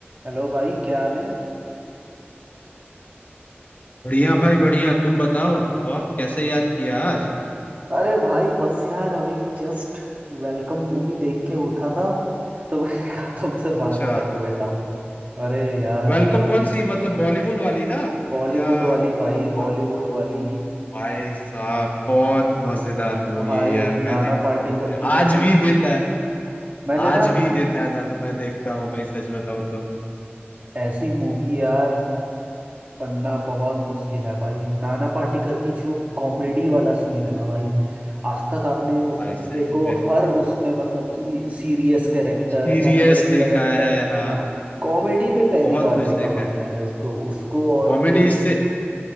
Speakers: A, on the right; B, on the left.
A: Hello भाई क्या हाल है
B: बढ़िया भाई बढ़िया तुम बताओ और कैसे याद किया आज
A: अरे भाई बस यार अभी जस्ट वेलकम मूवी देख के उठा था तो <laughs> मैंने कहा तुमसे
B: अच्छा
A: बात कर लेता हूँ अरे यार
B: वेलकम
A: भाई
B: कौन सी मतलब बॉलीवुड वाली ना
A: बॉलीवुड
B: या
A: वाली भाई
B: मतलब कौन
A: बॉलीवुड वाली
B: भाई साहब बहुत मजेदार मूवी
A: भाई
B: है यार
A: नाना
B: मैंने भी देखी
A: पाटेकर
B: है
A: की
B: आज
A: मैंने
B: भी देता है
A: मैंने
B: आज
A: ना
B: भी देता है ना तो मैं देखता हूँ भाई सच बताऊँ तो
A: ऐसी मूवी यार बनना बहुत मुश्किल है भाई नाना पाटेकर की जो कॉमेडी वाला सीन है ना भाई आज तक आपने उस
B: भाई
A: बंदे
B: सही
A: को
B: में
A: हर उसमें मतलब कि सीरियस कैरेक्टर
B: सीरियस
A: एंग्री
B: देखा
A: कैरेक्टर
B: है हाँ
A: हाँ कॉमेडी पे पहली
B: बहुत
A: बार
B: कुछ देखा
A: देखा भाई
B: है
A: मैंने उसको उसको और
B: कॉमेडी
A: ये
B: इससे